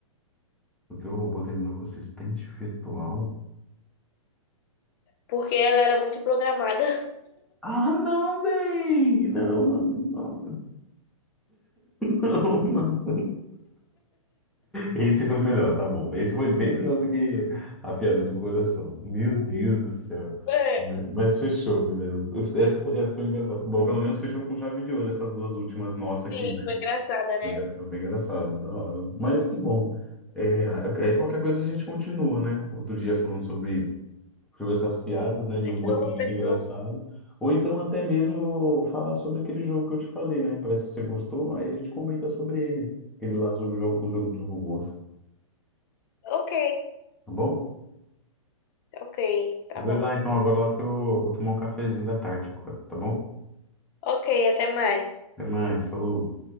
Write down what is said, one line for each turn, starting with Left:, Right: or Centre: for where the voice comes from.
Centre: o teu robô terminou com assistente virtual?
Left: Porque ela era muito programada.
Centre: Ah, não, véi! Não, não, não, <laughs> não, não. Esse foi melhor, tá bom. Esse foi bem melhor do que a piada do coração. Meu
Left: <laughs>
Centre: Deus do céu.
Left: É,
Centre: Mas fechou, Milena. Essa foi, essa foi engraçada. Bom, pelo menos fechou com chave de ouro essas duas últimas nossas aqui,
Left: Sim,
Centre: né?
Left: foi engraçada, né?
Centre: Bem, foi bem engraçado, da hora. Mas que bom. É, é, qualquer coisa a gente continua, né? Outro dia falando sobre sobre essas piadas, né, de
Left: Fechou,
Centre: humor que é muito
Left: fechou.
Centre: engraçado. Ou então até mesmo falar sobre aquele jogo que eu te falei, né? Parece que você gostou, aí a gente comenta sobre ele, aquele lá sobre o jogo, o jogo dos robôs,
Left: Ok.
Centre: tá bom?
Left: Ok, tá
Centre: Vou
Left: bom.
Centre: ir lá então agora lá porque eu vou tomar um cafezinho da tarde agora, tá bom?
Left: Ok, até mais.
Centre: Até mais, falou.